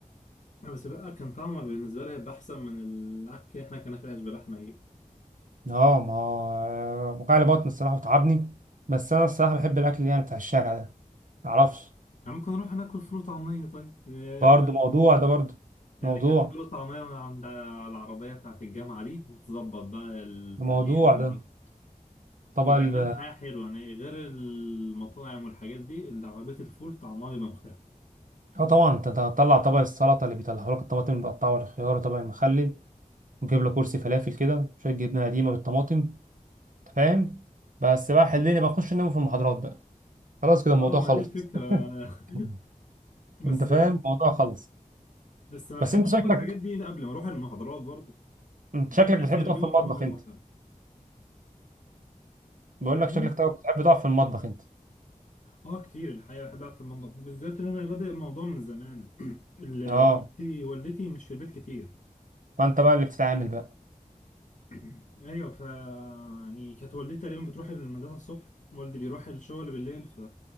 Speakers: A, on the left; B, on the right.
A: آه، بس بقى كان طعمه بالنسبه لي هيبقى احسن من الاكل اللي احنا كنا فيه عيش بلحمه ايه
B: اه ما وجعلي بطن الصراحه وتعبني بس انا الصراحه بحب الاكل يعني بتاع الشارع ده معرفش
A: يعني ممكن نروح ناكل فول وطعميه طيب آه،
B: برضه موضوع ده برضه
A: يعني
B: موضوع
A: كانت فول وطعميه من عند العربيه بتاعت الجامعه دي وتظبط بقى الطحينه
B: ده موضوع ده
A: مع
B: طبق
A: هو
B: ال
A: بيعمل حياة حلوة يعني غير المطاعم والحاجات دي اللي عربية الفول طعمها بيبقى مختلف
B: اه طبعا انت أنت هتطلع طبق السلطه اللي بيطلعوا لك الطماطم المتقطعه والخيار وطبق المخلل وتجيب له كرسي فلافل كده شويه جبنه قديمه بالطماطم أنت فاهم بس بقى حليني بخش انام في المحاضرات بقى خلاص كده الموضوع
A: اه ما
B: خلص
A: دي الفكرة
B: <laughs>
A: <laughs> بس
B: انت فاهم الموضوع خلص
A: بس ما
B: بس
A: بحبش
B: انت شكلك
A: اكل الحاجات دي قبل ما اروح المحاضرات برضو
B: انت
A: بحب
B: شكلك
A: اخر
B: بتحب
A: اليوم
B: تقف في المطبخ
A: قبل ما اروح
B: انت
A: بقى
B: بقول
A: فاهمني
B: لك شكلك تقف- بتحب تقف في المطبخ انت
A: اه كتير الحقيقة بحب اقعد في المطبخ بالذات ان انا بادئ الموضوع من زمان <clears throat> ال- والدتي
B: اه
A: والدتي مش في البيت كتير
B: فانت بقى اللي بتتعامل بقى
A: <clears throat> ايوه ف يعني كانت والدتي تقريبا بتروح المدرسة الصبح والدي بيروح الشغل بالليل ف